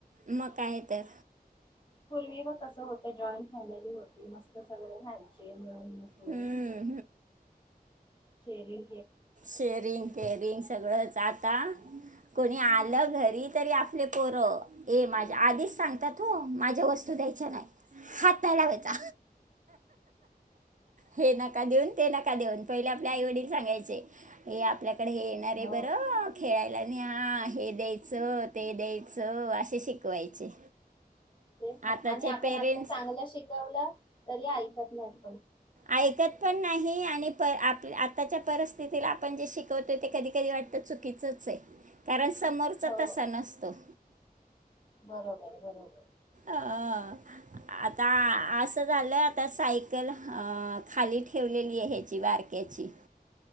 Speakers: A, on the right; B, on the left.
A: मका काय तर.
B: पूर्वी बघ कस होत जॉईंट फॅमिली होती. मस्त सगळे राहायचे. <unintelligible>
A: हम्म
B: शरीर
A: शेरिंग केरिंग सगळंच आता. कोणी आलं घरी तरी आपले पोर ए माझ्या आधीच सांगतात हो माझ्या वस्तू हाथ नाही लावायचा. हे नका देऊ ते नका देऊ पाहिले आपले आई-वडील सांगायचे. हे आपल्या. डे हे येणार
B: हो
A: बरं खेळायला. आणि हा हे द्यायचं, ते द्यायचं असे शिकवायचे.
B: तेच ना.
A: आताचे
B: आणि आपण
A: पेरेंट्स
B: आता चांगलं शिकवलं तरी ऐकत नाही.
A: ऐकत पण नाही आणि प आप आताच्या परिस्थितीला आपण जे शिकवतोय ते कधीकधी वाटत चुकीचचचे कारण समोरचा
B: हो
A: तसा नसतो
B: बरोबर बरोबर
A: हं अ आता असं झालं आता सायकल हं खाली ठेवलेली आहे हेची बारक्याची